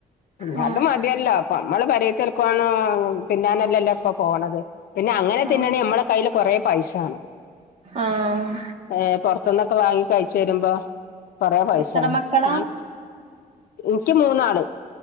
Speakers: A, on the left (about 80°); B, on the right (about 45°).
A: പിന്നെ
B: ആഹ്
A: അത് മതില്ലോ നമ്മള് പെരോത്തേര്ക്കാണോ തിന്നാനലല്ലോ ഇപ്പൊ പോണത് പിന്നെ അങ്ങനെ
B: ആഹ്
A: തിന്നണോ നമ്മള് കയ്യില് കൊറെ പൈസാണം
B: ആഹ്
A: ഏഹ് പെറ്ത്ത്ന്നൊക്കെ വാങ്ങി കഴ്ച്ച് വരുമ്പോ കൊറെ പൈസാണം
B: എത്ര മക്കളാ
A: ആ ഇൻക്ക് മൂന്നാള്